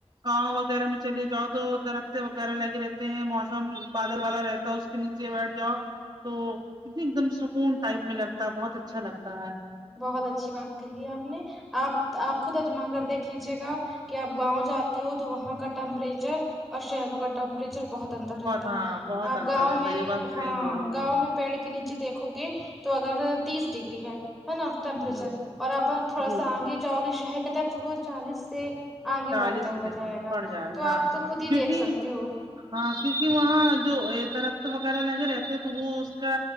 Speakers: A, on the right; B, in the centre.
A: گاؤں وغیرہ میں چلے جاؤ تو درقتے وغیرہ لگے رہتے ہیں موسم بادل والا رہتا اس کے نیچے بیٹھ جاؤ تو کتنی ایک دم سکون ٹائپ میں لگتا ہے بہت اچھا لگتا ہے
B: بہت اچھی بات کہی آپ نے آپ آپ خود اجما کر دیکھ لیجیے گا کہ آپ گاؤں جاتے ہو تو وہاں کا ٹیمپریچر اور شہروں کا ٹیمپریچر بہت ٹھنڈا رہتا
A: ہاں
B: ہے
A: بہت
B: آپ
A: انتر
B: گاؤں
A: رہتا
B: میں
A: ہے یہ بات صحیح
B: ہاں
A: بولے
B: گاؤں پیڑ کے نیچے دیکھو گے تو اگر تیس ڈگری ہیں ہیں نا ٹیمپریچر
A: ہ
B: اور اپن تھوڑا
A: جی
B: سا آنگے جاؤ گے شہر کے طرف تو وہ چالیس سے آنگے
A: چالیس
B: بڑھتا
A: سے
B: ہوا جائے گا
A: بڑھ جائے
B: تو
A: گا ہاں
B: آپ تو خود ہی
A: کیونکہ
B: دیکھ سکتے ہو
A: ہاں کیونکہ وہاں جو درخت وغیرہ لگے رہتے تو وہ اس کا